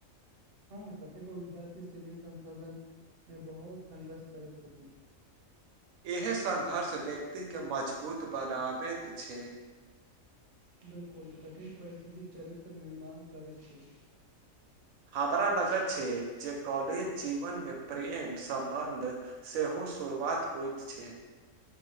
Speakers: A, on the right; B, on the right.
A: हँ कतेको विद्यार्थी सीमित संसाधन में बहुत संघर्ष करैत छथि
B: इहे संघर्ष व्यक्तिके मजबूत बनाबैत छै
A: बिलकुल कठिन परिस्थिति चरित्र निर्माण करैत छै
B: हमरा लगत छै जे कॉलेज जिवन में प्रेम संबंध सेहो शुरुआत होइत छै